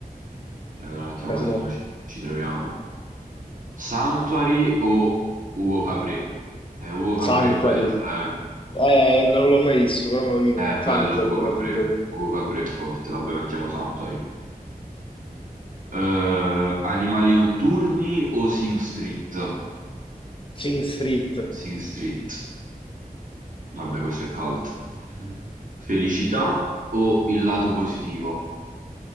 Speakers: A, on the right (about 60°); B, on the left (about 35°).
A: E allora mettiamo
B: Casino.
A: Casino, ci, ci troviamo. Sanctuary o Ugo Cabré? Eh, Ugo
B: Sanctuary.
A: Cabré è Santo. bello, eh.
B: Eh, non l'ho mai visto, però me lo dicono.
A: È
B: Sanctuary,
A: bello Ugo
B: però
A: Cabré.
B: ti dico io.
A: Ugo Cabré è forte, vabbè, mettiamo Sanctuary. Eh, Animali notturni o Sing Street?
B: Sing Street,
A: Sing Street. Vabbè, questo è cult. Felicità o il lato positivo?